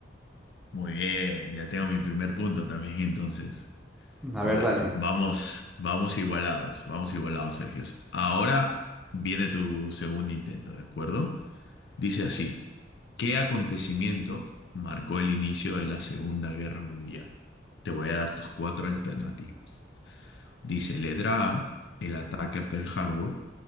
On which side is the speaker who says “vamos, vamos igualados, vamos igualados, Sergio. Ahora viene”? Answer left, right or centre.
Left